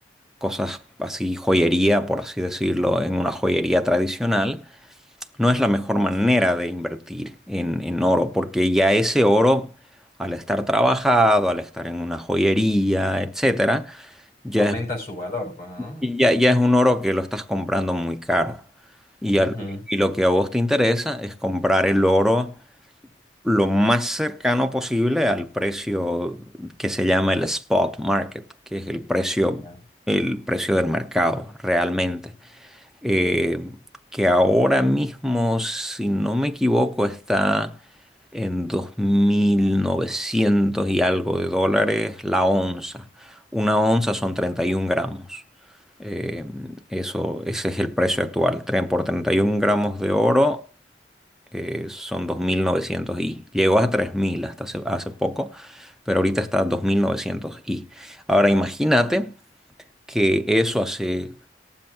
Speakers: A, in the centre; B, on the left.
A: cosas así, joyería, por así decirlo, en una joyería tradicional, no es la mejor manera de invertir en, en oro, porque ya ese oro, al estar trabajado, al estar en una joyería, etcétera, ya
B: Aumenta
A: es
B: su valor, pues, ¿no?
A: y ya, ya es un oro que lo estás comprando muy caro. Y,
B: Ujú.
A: a y lo que a vos te interesa es comprar el oro lo más cercano posible al precio que se llama el spot market, que es el precio,
B: Ya.
A: el precio del mercado realmente eh, que ahora mismo, si no me equivoco, está en 2.900 y algo de dólares la onza. Una onza son 31 gramos. Eh, eso, ese es el precio actual. Tren por 31 gramos de oro eh, son 2.900 y llegó a 3.000 hasta hace, hace poco, pero ahorita está a 2.900 y. Ahora imagínate que eso hace